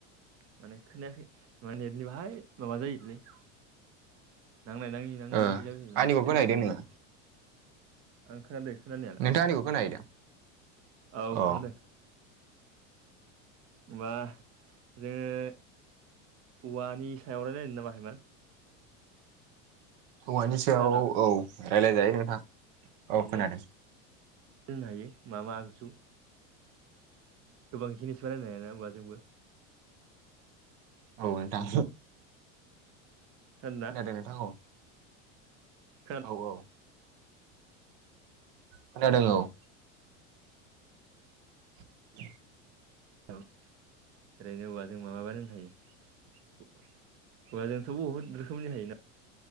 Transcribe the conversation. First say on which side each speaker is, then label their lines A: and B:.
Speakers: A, on the right (about 40°); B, on the right (about 60°).
A: माने खोनायाखै माने नेटनि बाहाय माबा जायोलै। नांलनाय नाङि नांलाय
B: ओ
A: नाङि जाबायसै मान
B: आंनिखौ
A: स्टेबो
B: खोनाहैदों
A: लोंनानै
B: नोङो
A: दा आं खोनादों खोनानायालाय
B: नोंथाङा आंनिखौ खोनाहैदों
A: औ
B: अ
A: खोनादों। होनबा जोङो औवानि सायाव रायलायनो नामा?
B: औवानि सायाव
A: खोनादों
B: औ रायज्लाय जायो नोंथां। औ खोनादों
A: जेल हायो मा मा आगजु। गोबां जिनिस बानायनो हायो जोंबो।
B: औ नोंथां
A: खोनादोंना
B: खोनादों नोंथां औ।
A: खोनादों
B: औ औ खोनादों औ। <inaudible>
A: औ ओरैनो औवाजों मा मा बानायनो हायो। औवा जोंथ' बहुद रोखोमनि हायोना